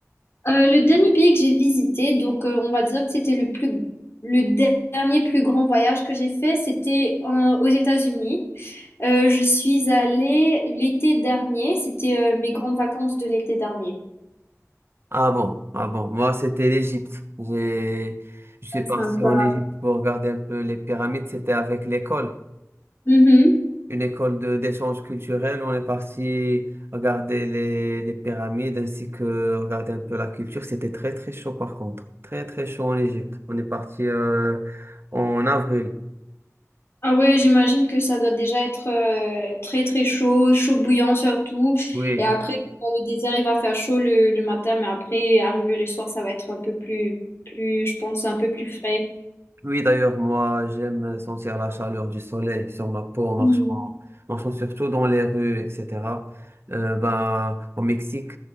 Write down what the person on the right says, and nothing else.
Ah bon, ah bon. Moi, c'était l'Égypte. J'ai, je suis
parti
en Égypte pour regarder un peu les pyramides. C'était avec l'école.
une école de d'échange culturel. On est parti regarder les, les pyramides ainsi que regarder un peu la culture. C'était très très chaud par contre. Très très chaud en Égypte. On est parti euh, en avril.
Oui.
Oui, d'ailleurs, moi, j'aime sentir la chaleur du soleil sur ma peau en marchant,
marchant surtout dans les rues, etc. Euh, ben, au Mexique,